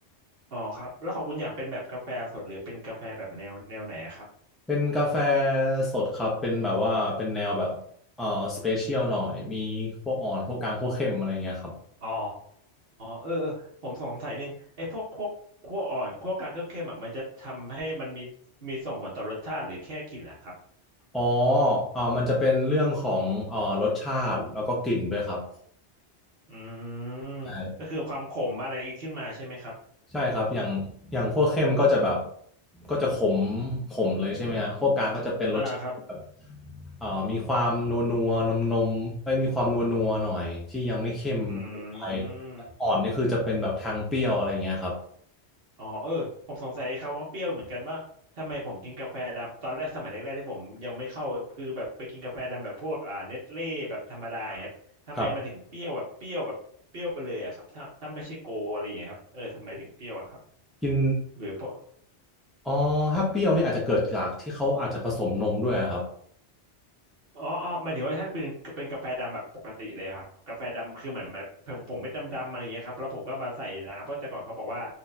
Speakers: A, on the right; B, in the centre.
A: อ๋อครับแล้วของคุณอย่างเป็นแบบกาแฟสดหรือเป็นกาแฟแบบแนวแนวไหนอะครับ
B: เป็นกาแฟสดครับเป็นแบบว่าเป็นแนวแบบเอ่อสเปเชียลหน่อยมีพวกอ่อนพวกกลางพวกเข้มอะไรเงี้ยครับ
A: อ๋อเออเออผมสงสัยนิดนึงไอ้พวกคั่วคั่วอ่อนคั่วกลางคั่วเค็มอ่ะมันจะทำให้มันมีมีส่งผลต่อรสชาติหรือแค่กลิ่นนะครับ
B: อ๋อเอ่อมันจะเป็นเรื่องของเอ่อรสชาติแล้วก็กลิ่นด้วยครับ
A: อืม
B: ใช่
A: ก็คือความขมอะไรขึ้นมาใช่ไหมครับ
B: ใช่ครับอย่างอย่างคั่วเข้มก็จะแบบก็จะขมขมเลยใช่ไหมฮะคั่วกลางก็จะเป็นรสชาติแบบ
A: อ่าครับ
B: เอ่อมีความนัวนัวนมนมไม่มีความนัวนัวหน่อยที่ยังไม่เข้มเกินไป
A: อืม
B: อ่อนนี่คือจะเป็นแบบทางเปรี้ยวอะไรอย่างเงี้ยครับ
A: อ๋อเออผมสงสัยครับว่าเปรี้ยวเหมือนกันว่าทำไมผมกินกาแฟดำตอนแรกสมัยแรกๆที่ผมยังไม่เข้าคือแบบไปกินกาแฟดำแบบพวกอ่าเน็ตเล่แบบธรรมดาอย่างเงี้ยครับทำไมมันถึงเปรี้ยวแบบเปรี้ยวแบบเปรี้ยวไปเลยอะครับถ้าถ้าไม่ใช่โกอะไรอย่างเงี้ยครับเออทำไมถึงเปรี้ยวอะครับ
B: ครับกิน
A: หรือปะ
B: อ๋อถ้าเปรี้ยวนี่อาจจะเกิดจากที่เขาอาจจะผสมนมด้วยอะครับ
A: อ๋ออ๋อหมายถึงว่าถ้าเป็นเป็นกาแฟดำแบบปกติเลยครับกาแฟดำคือเหมือนแบบผมผมไม่ดำดำอะไรอย่างเงี้ยครับแล้วผมก็มาใส่น้ำเพราะแต่ก่อนเขาบอกว่า